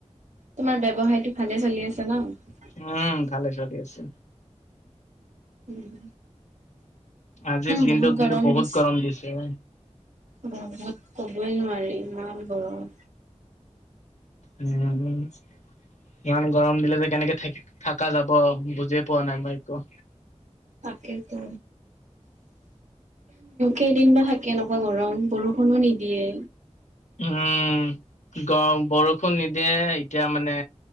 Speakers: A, on the right; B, on the left.
A: তোমাৰ ব্যৱসায়টো ভালে চলি আছে ন'?
B: উম ভালে চলি আছে
A: উম।
B: আজিৰ দিনটো
A: বহুত গৰম
B: কিন্তু বহুত
A: দিছে।
B: গৰম দিছে।
A: বহুত, কবই নোৱাৰি ইমান গৰম।
B: উম। ইমান গৰম দিলে যে কেনেকে থেক থাকা যাব বুজিয়ে পোৱা নাই মই একো।
A: তাকেটো। কেইদিন বা থাকে এনেকুৱা গৰম, বৰষুণো নিদিয়ে।
B: উম। গৰম, বৰষুণ নিদিয়ে এতিয়া মানে